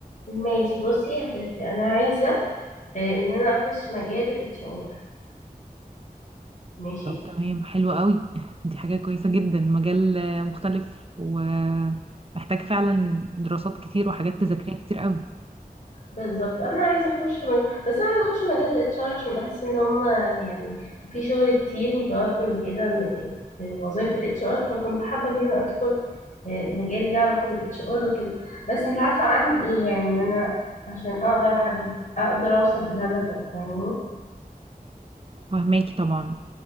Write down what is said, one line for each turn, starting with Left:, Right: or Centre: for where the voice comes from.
Left: ماشي بصي يا ستي انا عايزة آه، ان انا اخش مجال الاتش ار ماشي
Right: طب تمام حلو قوي <laughs> دي حاجة كويسة جدا مجال آه، مختلف ومحتاج فعلا دراسات كتير وحاجات تذاكريها كتير قوي
Left: بالظبط انا عايزه اخش مج... بس انا عايزه اخش مجال الاتش ار عشان بحس ان هم يعني في شغل كتير متوفر وكده م- في وظايف الاتش ار فكنت حابه ان انا ادخل آه، مجال ليه علاقه بالاتش ار وكده بس مش عارفه اعمل ايه يعني ان انا عشان اقدر احدد اقدر اوصل للهدف ده فاهماني
Right: فهماكي طبعا